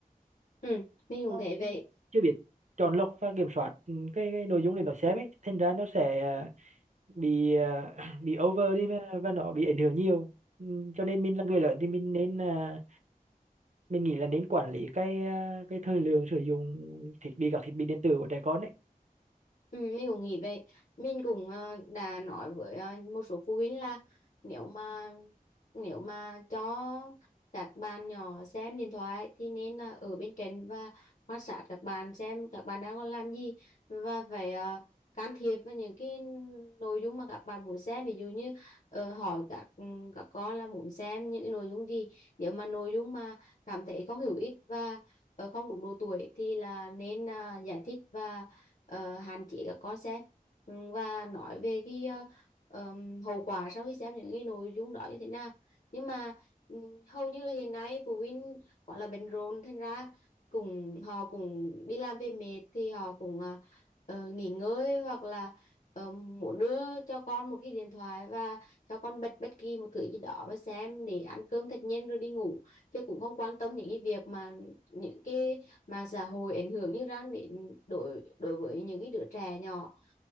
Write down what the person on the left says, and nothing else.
ừ mình
cũng thấy vậy
Ừ, mình cũng nghĩ vậy mình cũng ờ, đã nói với ờ, một số phụ huynh là nếu mà nếu mà cho các bạn nhỏ xem điện thoại thì nên là ở bên cạnh và quan sát các bạn xem các bạn đang còn làm gì và phải ờ, can thiệp vào những cái nội dung mà các bạn muốn xem ví dụ như ờ, hỏi các ừ, các con là muốn xem những cái nội dung gì nếu mà nội dung mà cảm thấy không hữu ích và ờ, không đúng độ tuổi thì là nên ờ, giải thích và ờ, hạn chế các con xem Ừ, và nói về cái ờ, hậu quả sau khi xem những cái nội dung đó như thế nào nhưng mà ừ, hầu như là hiện nay phụ huynh gọi là bận rộn thành ra cùng họ cũng đi làm về mệt thì họ cũng ờ, ờ, nghỉ ngơi hoặc là ờ, muốn đưa cho con một cái điện thoại và cho con bật bất kỳ một thứ gì đó và xem để ăn cơm thật nhanh rồi đi ngủ chứ cũng không quan tâm đến cái việc mà những cái mạng xã hội ảnh hưởng như răng đến đối đối với những cái đứa trẻ nhỏ